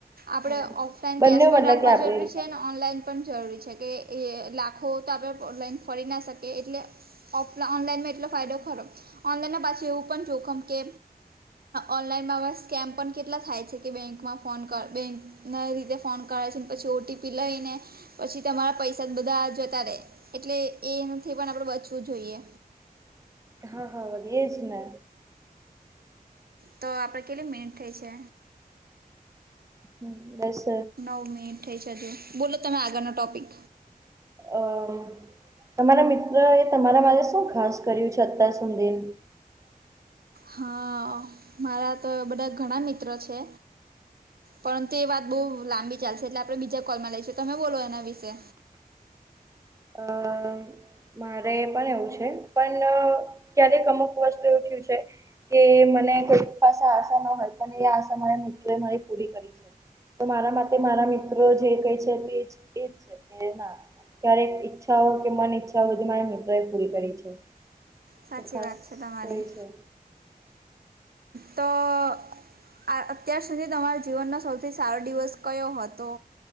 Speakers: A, on the right; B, on the right.
A: હા
B: આપણે ઓફલાઈન
A: બંને
B: કેશ પણ
A: મતલબ
B: રાખવા
A: કે આપણી
B: જરૂરી
A: રીતના
B: છે અને ઓનલાઈન પણ જરૂરી છે. કે એ લાખો તો આપણે ઓલાઈન ફરી ના શકીએ. એટલે ઓફ ઓનલાઈનમાં એટલો ફાયદો ખરો, ઓનલાઈનના પાછી એવું પણ જોખમ કે ઓનલાઈનમાં હવે સ્કેમ પણ કેટલા થાય છે કે બેંકમાં ફોન કર. બેંક નવી રીતે ફોન કરે છેને પછી ઓટીપી લઈને પછી તમારા પૈસા બધા જતા રહેે. એટલે એથી પણ આપડે બચવું જોઈએ.
A: હા હા, વધીય જ ને
B: તો આપણે કેટલી મિનિટ થઈ છે.
A: હમ. દસ જ.
B: હ મી થઈ છેજુ બોલો, તમે આગળનો ટોપિક
A: અમ, તમારા મિત્ર એ તમારા માટે શું ખાસ કર્યું છે? અત્યાર સુધી
B: હા, મારા તો બધા ઘણા મિત્રો છે. પરંતુ એ વાત બહુ લાંબી ચાલશે. એટલે આપણે બીજા કોલમાં લઈશું, તમે બોલો એના વિશે.
A: અ મારે પણ એવું છે પણ ક્યારેક અમુક વસ્તુ એવું થયું છે. કે મને કોઈ પાસે આશા ના હોય પણ એ આશા મારા મિત્રો એ મારી પૂરી કરી છે. તો મારા માટે મારા મિત્રો જે કઈ છે તે એજ છે ના. ત્યારે ઈચ્છાઓ કે મન ઈચ્છાઓ બધી મારા મિત્રો એ પૂરી કરી છે.
B: સાચી
A: તો ખાસ
B: વાત છે તમારી.
A: તો એ છે
B: તો આ અત્યાર સુધી તમારા જીવનનો સૌથી સારો દિવસ કયો હતો?